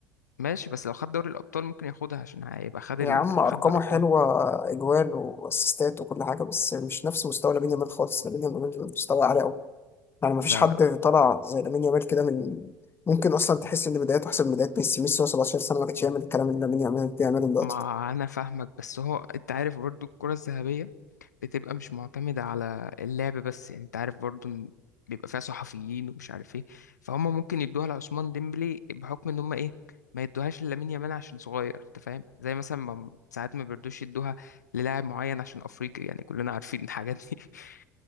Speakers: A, on the left; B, on the left.
A: ماشي بس لو خد دوري الابطال ممكن ياخدها عشان هيبقى خد
B: يا
A: ال...
B: عم أرقامه
A: خد دوري الابطال
B: حلوة إجوال وأسيستات وكل حاجة بس مش نفس مستوى لامين يامال خالص لامين يامال مستوى عالي أوي يعني مفيش
A: لا
B: حد
A: لا
B: طلع زي لامين يامال كده من ممكن أصلا تحس إن بدايته أحسن من بدايات ميسي ميسي وهو 17 سنة ما كانش يعمل الكلام اللي لامين يامال بيعمله دلوقتي
A: ما
B: ده
A: انا فاهمك بس هو انت عارف برضو الكرة الذهبية بتبقى مش معتمدة على اللعب بس يعني انت عارف برضو ان بيبقى فيها صحفيين ومش عارف ايه فهم ممكن يدوها لعثمان ديمبلي بحكم ان هم ايه ما يدوهاش لامين يامال عشان صغير انت فاهم زي مثلا ما ساعات ما بيردوش يدوها للاعب معين عشان افريقي يعني كلنا عارفين الحاجات دي <laughs>